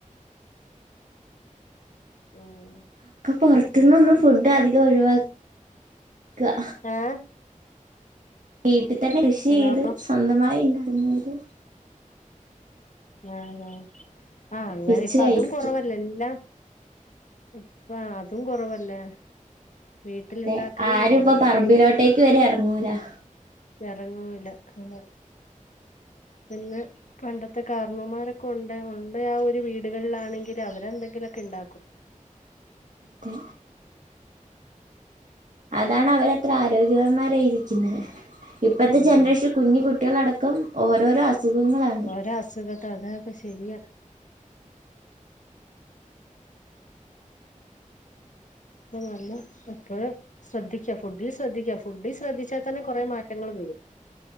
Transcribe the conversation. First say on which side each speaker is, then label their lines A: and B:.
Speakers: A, on the left; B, on the right.
A: ഉം
B: ഇപ്പൊ പൊർത്ത്ന്നൊന്നും ഫുഡ്ഡ് അധികം ഒഴിവാക്ക
A: ഏഹ്
B: വീട്ടിൽ തന്നെ കൃഷി
A: ഹലോ
B: ചെയ്ത് സ്വന്തമായി ഇണ്ടാക്കുന്നവര്
A: ആഹ് ആഹ് ആഹ് അങ്ങനെ
B: വെച്ച്
A: ഇപ്പ
B: കഴിക്ക
A: അതും കൊറവല്ലേ എല്ലാം ഇപ്പ അതും കൊറവല്ലേ വീട്ടിലുണ്ടാക്കലും
B: അതെ ആരും
A: കൊറവല്ലേ
B: ഇപ്പ പറമ്പിലോട്ടേക്ക് വെരെ എറങ്ങൂലാ
A: എറങ്ങൂല അങ്ങ് പിന്നെ പണ്ടത്തെ കാർണ്ണോമാരൊക്കെ ഒണ്ടേ ഒണ്ടേ ആ ഒര് വീടുകളിലാണെങ്കിൽ അവരെ എന്തെങ്കിലൊക്കെ ഇണ്ടാക്കും
B: അതെ അതാണ് അവരത്ര ആരോഗ്യവാന്മാരായിരിക്ക്ന്നേ ഇപ്പത്തെ
A: ഉം
B: ജനറേഷൻ കുഞ്ഞു കുട്ട്യാളടക്കം ഓരോരോ അ സുഖങ്ങളാ
A: ഓരോ അസുഖക്കെ അതൊക്കെ ശെരിയാ പ്പ നല്ലം എപ്പഴും ശ്രദ്ധിക്ക ഫുഡിൽ ശ്രദ്ധിക്ക ഫുഡിൽ ശ്രദ്ധിച്ചാ തന്നെ കൊറേ മാറ്റങ്ങള് വെരും